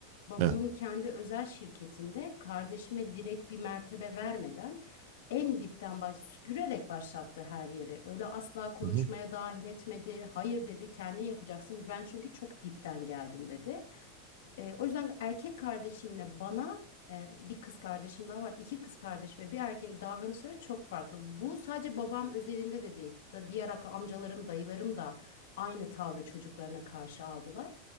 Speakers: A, on the left (about 75°); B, on the right (about 45°).
A: Babamın
B: Evet.
A: kendi özel şirketinde kardeşime direkt bir mertebe vermeden en dipten baş, süpürerek başlattı her yeri. Öyle asla konuşmaya
B: Hı hı.
A: dahil etmedi. Hayır dedi kendin yapacaksın. Ben çünkü çok dipten geldim dedi. E, o yüzden erkek kardeşimle bana e, bir kız kardeşim daha var. iki kız kardeş ve bir erkeğe davranışları çok farklı. Bu sadece babam özelinde de değil. Da, diğer akra- amcalarım, dayılarım da aynı tavrı çocuklarına karşı aldılar.